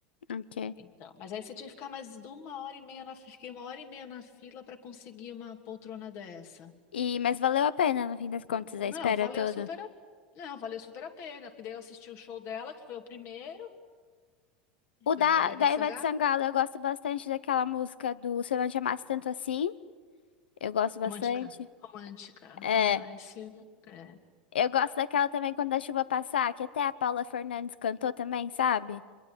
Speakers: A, on the left; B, on the left.
A: ok.
B: Então, mas aí você tinha que ficar mais de uma hora e meia na, fiquei uma hora e meia na fila para conseguir uma poltrona dessa.
A: E mas valeu a pena no fim das contas
B: Não,
A: a espera
B: valeu
A: toda.
B: super a, não, valeu super a pena, porque daí eu assisti o show dela, que foi o primeiro, da,
A: O da,
B: da Ivete
A: da
B: Sangalo.
A: Ivete Sangalo, eu gosto bastante daquela música do Se Eu Não Te Amasse Tanto Assim. Eu gosto bastante.
B: Romântica. Romântica.
A: É,
B: Ah, esse é,
A: eu gosto daquela também quando a chuva passar, que até a Paula Fernandes cantou também, sabe?